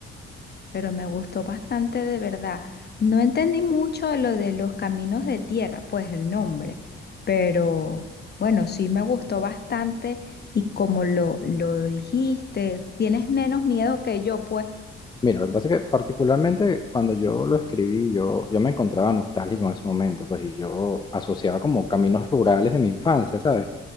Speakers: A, on the left; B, on the left.
A: Pero me gustó bastante de verdad. No entendí mucho de lo de los caminos de tierra, pues el nombre. Pero bueno, sí me gustó bastante y como lo, lo dijiste, tienes menos miedo que yo, pues.
B: Mira, lo que pasa es que particularmente cuando yo lo escribí, yo, yo me encontraba nostálgico en ese momento, pues, y yo asociaba como caminos rurales de mi infancia, ¿sabes?